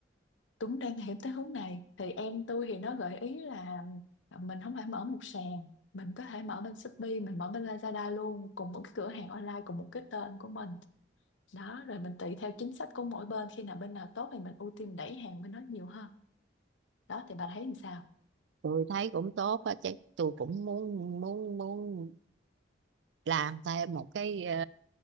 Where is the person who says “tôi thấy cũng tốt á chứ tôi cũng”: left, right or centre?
Right